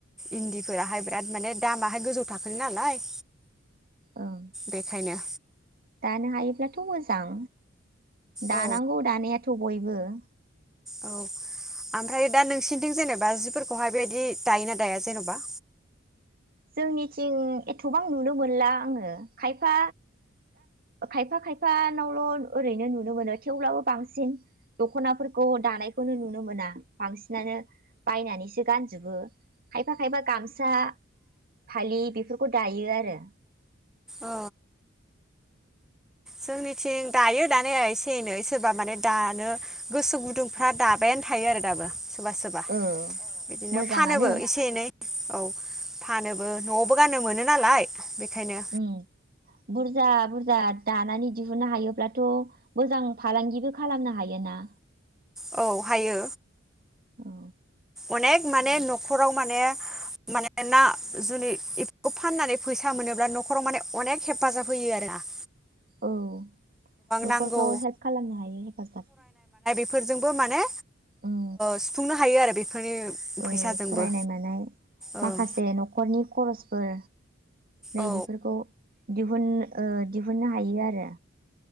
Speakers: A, in the centre; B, on the right (about 45°).
A: इन्दिफोराहाय बिराद माने दामाहाय गोजौ थाखोनि नालाय
B: ओं
A: बेखायनो
B: दानो हायोब्लाथ' मोजां दानांगौ
A: औ
B: दानायाथ' बयबो <unintelligible>
A: औ आमफ्राय दा नोंसिनिथिं जेनेबा फोरखौहाय बेबायदि दायोना दाया जेन'बा
B: जोंनिथिं एथ'बां नुनो मोनला आङो खायफा खायफा खायफानावल' ओरैनो नुनो मोनो थेवब्लाबो बांसिन दख'नाफोरखौ दानायखौनो नुनो मोना बांसिनानो बायनानैसो गानजोबो खायफा खायफा गामसा फालि बेफोरखौ दायो आरो।
A: अ जोंनिथिं दायो दानाया एसे एनै सोरबा माने दानो गोसो गुदुंफ्रा दाबायानो थायो आरो दाबो सोरबा सोरबा
B: औ
A: बिदिनो
B: मोजाङानो
A: फानोबो एसे एनै औ फानोबो न'आवबो गाननो मोनो नालाय। बेखायनो
B: उ बुरजा बुरजा जा दानानै दिहुननो हायोब्लाथ' मोजां फालांगिबो खालामनो हायो ना।
A: औ हायो।
B: औ।
A: अनेक माने न'खराव माने माने ना जुनि बेफोरखौ फाननानै फैसा मोनोब्ला न'खराव माने अनेक हेफाजाब होयो आरो ना?
B: औ न'खरफ्राव
A: नांगौ
B: हेल्प खालामनो हायो हेफाजाब
A: फोरजोंबो माने
B: उम
A: सुफुंनो हायो आरो। बेफोरनि
B: औ
A: फैसाजोंबो
B: फरायनाय मानाय
A: ओं
B: माखासे न'खरनि खरसफोर। नैबेफोरखौ
A: औ
B: दिहुन ओ दिहुननो हायो आरो।